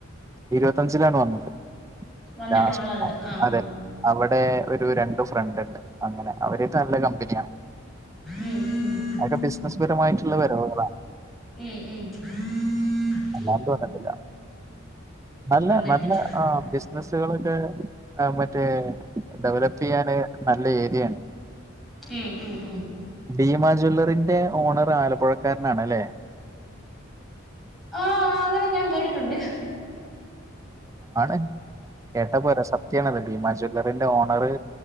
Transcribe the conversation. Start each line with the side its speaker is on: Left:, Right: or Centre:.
Right: ഇരുപത്തഞ്ചിലാണ് വന്നത്.
Centre: വന്നിട്ടുള്ളത്
Right: ലാസ്റ്റ്
Centre: ആഹ്
Right: അതെ
Centre: ആഹ്
Right: അവിടെ ഒരു രണ്ടു ഫ്രണ്ട് ഇണ്ട് അങ്ങനെ അവരേറ്റ് നല്ല കമ്പനിയാ
Centre: ഉം ഉം
Right: അതൊക്കെ ബിസിനസ് പരമായിട്ട്ള്ള വരവുകളാ
Centre: ഉം ഉം <inaudible>
Right: അല്ലാണ്ട് വന്നിട്ടില്ല നല്ല
Centre: വന്നിട്ടില്ല
Right: നല്ല ബിസിനസുകളൊക്കെ മറ്റേ ഡെവലപ്പെ യ്യാന് നല്ല ഏരിയാണ്
Centre: ഉം ഉം ഉം
Right: ഭീമ ജ്വല്ലറിന്റെ ഓണർ ആലപ്പുഴക്കാരനാണെല്ലേ
Centre: ആ അങ്ങനെ ഞാൻ കേട്ടിട്ടുണ്ട്
Right: ആണ് കേട്ടപ്പോരാ. സത്യാണത് ഭീമാ ജ്വല്ലറിന്റെ ഓണറ്